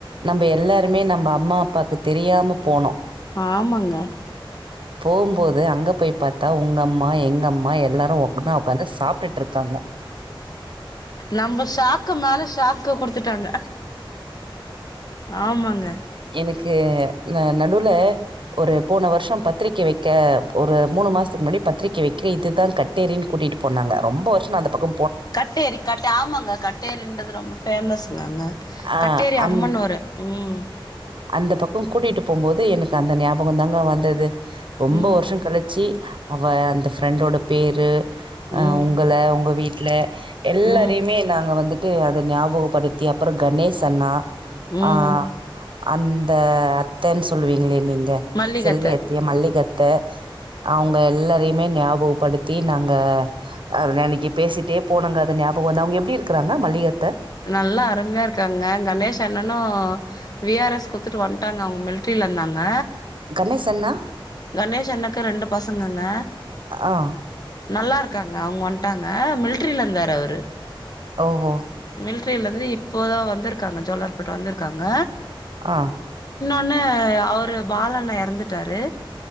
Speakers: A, on the right; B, on the left.
A: நம்ம எல்லாருமே நம்ம அம்மா அப் பாக்கு தெரியாம போனோ
B: ஆமாங்க
A: போம்போது அங்க போய் பாத்தா உங்க அம்மா எங் ங்க அம்மா எல்லாரு ஒன்னா ஒக்காந்து சாப்டிட்டு இருக்காங்க
B: நம்ப ஷாக்கு மேல ஷாக்கு குடுத்துட்டாங்க ஆமாங்க
A: எனக்கு ந நடுல ஒரு போன வருஷோ பத்திரிக்கை வைக்க ஒரு மூணு ணு மாசத்துக்கு முன்னடி பத்திரிக்கை வைக்க இதுதா கட்டேறினு கூட்டிட்டு போனாங்க ரொம்ப வருஷ நா அந்த பக்க
B: கட்டேரி கட்ட ஆமாங்க கட்டேரின்றது ரொம்ப ஃபேமஸுங்க அங்க
A: ஆ
B: கட்டேரி
A: அந்
B: அம்மன் ஒரு ம்
A: அந்த பக்கோ கூட்டிட்டு போகும்போது எனக்கு அந்த ஞாபகம் தாங்க வந்தது ரொம்ப
B: ம்
A: வருஷோ கழிச்சி அவ அந்த ஃப்ரெண்டோட பேரு அ
B: ம்
A: உங்கள உங்க வீட்ல எல்லாரையுமே
B: ம்
A: நாங்க வந்துட் ட்டு அத ஞாபகப்படுத்தி அப்புற கணேஸ் அண்ணா
B: ம்
A: ஆ அந்த அத்தன்னு சொல்லுவீங்களே நீங்க
B: மல்லிகத்த
A: செல்வியத்திய மல்லிகத்த அவுங்க எல்லா த்தையுமே ஞாபகப்படுத்தி நாங்க அது அன்னைக்கு பேசிட்டே போனேங்க அது ஞாபகம் வந்து அவுங்க எப்படி இருக்குறாங்க மல்லிகத்தை
B: நல்லா அருமையா இருக்காங்கங்க கணேஷ் அண்ணனு வி ஆர் எஸ் குடுத்துட்டு வன்ட்டாங்க அவுங்க மில்ட்ரி ல இருந்தாங்க
A: கணேஷ் அண்ணா?
B: கணேஷ் அண்ணாக்கு ரெண்டு பசங்கங்க
A: ஆ.
B: நல்லா இருக்காங்க அவுங்க வன்ட்டாங்க மில்ட்ரில இருந்தாரு அவரு
A: ஓஹோ
B: மிலிட்ரியில இருந்து இப்போதா வந்துருக்காங்க ஜோலார்பேட்ட வந்துருக்காங்க
A: அ
B: முன்ன அவரு பாலண்ணே எறந்துட்டாரு